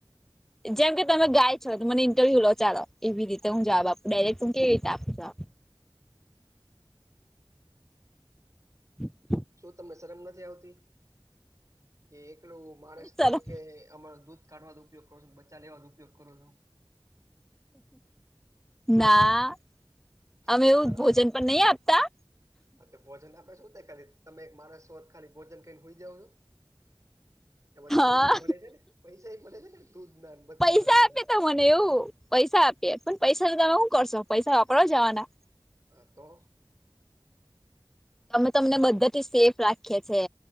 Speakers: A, in the centre; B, on the right.
A: જેમ કે તમે ગાય છો તો મને ઇન્ટરવ્યુ લો ચાલો એવી રીતે હું જવાબ આપું ડાયરેક્ટ હું કેવી રીતે આપું જવાબ. <inaudible>
B: શું તમને શરમ નથી આવતી કે એકલું માણસ તરીકે
A: ચલો
B: અમા દૂધ કાઢવાનો ઉપયોગ કરો છો બચા લેવાનો ઉપયોગ કરો છો.
A: ના અમે
B: ના
A: એવું ભોજન પણ નહી આપતા.
B: હા તો ભોજન આપે શું ત ખાલી તમે મારા શો ખાલી ભોજન કઈને હોઈ જાવ છો. એમાંથી
A: હા
B: પૈસા મળે છે, ને પૈસા મળે છે ને દૂધ ના બચ્ચા
A: પૈસા
B: ના બ
A: આપે મને એવું પૈસા આપીએે પણ પૈસા ન તમે શું કરશો પૈસા વાપરાવા જવાના.
B: હ તો
A: અમે તમને બધા સેફ રાખીએ છે